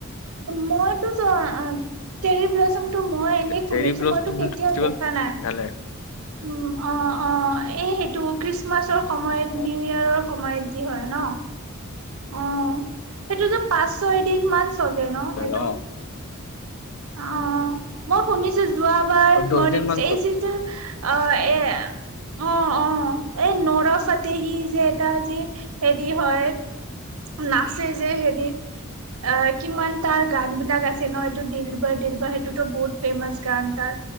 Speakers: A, on the right; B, on the left.
A: মইতো আঁহ চেৰিবিলাস্ম টো মই এনেই শুনিছো,
B: চেৰি ব্লচম
A: মইতো কেতিয়াও
B: ফেষ্টিভেল
A: দেখা নাই। উম,
B: ভালে
A: অ অ এহেইত টো খ্ৰীষ্টমাছৰ সময়ত
B: অ
A: নি আৰু সময়ত যি হয় ন অ, সেইটো যে পাঁচ ছয় দিন মান চলে ন সেইটো?
B: অ
A: অ মই শুনিছো, যোৱাবাৰ
B: অ দহ
A: মই
B: দিন
A: দেখিছো
B: মান চল
A: এই যিটো আ এ <unintelligible> অ অ এই নৰা ফাটেহি যে এটা যে হেৰি হয় নাচে যে হেৰিত অ কিমান তাৰ গান বিলাক আছে ন এইটো দিলবৰ দিলবৰ সেইটোতো বহুত ফেমাচ গান তাৰ।